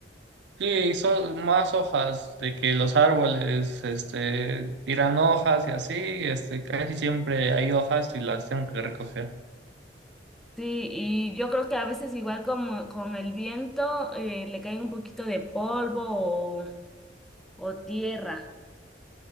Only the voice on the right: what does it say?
Sí, son más hojas de que los árboles, este, tiran hojas y así, este, casi siempre hay hojas y las tengo que recoger.